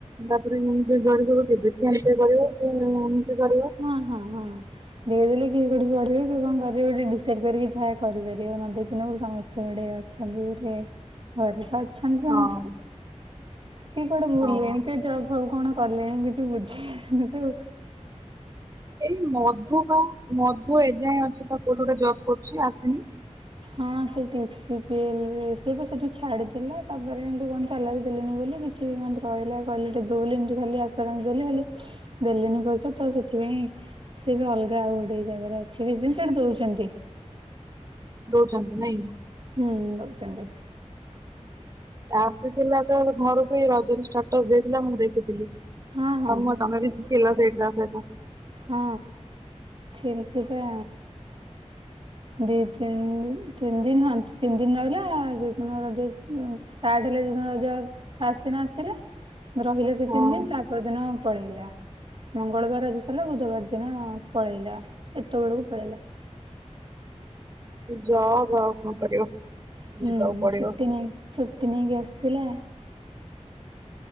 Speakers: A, on the right (about 30°); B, on the right (about 45°).
A: ତାପରେ ନେଇକି ଯୁଆଡେ ସବୁ ଯିବେ କି ଏମିତି କରିବ ଏମିତି କରିବ।
B: ହଁ ହଁ ହଁ ଦେଇଦେଲେ କିଏ କୋଉଠି ପଢିବେ କିଏ କଣ କରିବ? ଗୋଟେ ଡିସାଇ କରିକି ଯ କରିପାରିବ ଆଉ ନ ଦେଇେଇ ସମସ୍ତେ ଗୋଟେ ଅଛନ୍ତି ସେ। ଘରପ ଅଛନ୍ତି
A: ହଁ।
B: ଆଉ କି କୁଆଡେ ଭୁଲଣି
A: ହଁ
B: କି ଜାଉ ଜାଉ କଣ? କଲେଣି ବୁଜି ବୁଝିି ସୁ?
A: ଏଇ ମଧୁ ବା? ମଧୁ ଏଯାଏଁ ଅଛି ବା କୋଉଠି ଗୋଟେ ଜବ କରୁଛି ଆସିନି।
B: ହଁ ସେ ସ ପିଲ ରେ ସେ ସେଠୁ ଛାଡିଦେଲା ତାପରେ ଏଠୁ କଣ ସାଲାର ଦେନି ବୋଲି କିଛି? କି ମତେ ରହିଲା କିଲେ ଦେବେ ବୋଲି ଏମିତି ଖାଲି ଆସ? ଦେ ହେଲେ ଦେଲିନି ପଇସା ତ ସେଥିପାଇଁ ସି ବି ଅଲଗା ଆଉ ଗୋଟେ ଜାଗାରେ ଅଛି। ରିଜିଷ୍ଟ ର ଦଉଛନ୍ତି।
A: ଦଉଛନ୍ତି ନାହିଁ।
B: ହୁଁ ଦଉଛନ୍ତି
A: ଆସିଥିଲା ତ ଘରକୁ ରଜନ ଷ୍ଟାଟସ ଦେଇଥିଲା ମୁଁ ଦେଖୁଥିଲି। ତମ
B: ହଁ ହଁ ହଁ
A: ତମେ
B: ଛୁଟି
A: ଥିଲ
B: ଆସିଲା
A: ସେଠି ତା ସହିତ।
B: ହଁ ଥିଲ ସେଠେ ଦି ତିନି ଦ ତିନି ଦିନ ହ ତିନି ଦିନ ରହିଲା ଯୋଉଦିନ ରଜ ଷ୍ଟାର୍ ହେଲେ ରଜ ଫାଷ୍ଟ ଦିନ ଆସିଲା ରହିଲେ ସେ
A: ହଁ
B: ତିନି ଦିନ। ତା ପରଦିନ ପଳେଇଲା। ମଙ୍ଗଳବାର ଆଜି ସାରିଲା ବୁଧବାର ଦିନ ପଳେଇଲା ଏତେବେଳକୁ ପଳେଇଲା।
A: ଯାଅ ଭ କଣ କରିବ।
B: ହୁଁ
A: ଯିବାକୁ ପଡିବ
B: ଛୁଟି ନିଅନ୍ତି ଛୁଟି ନେଇକି ଆସିଥିଲେ।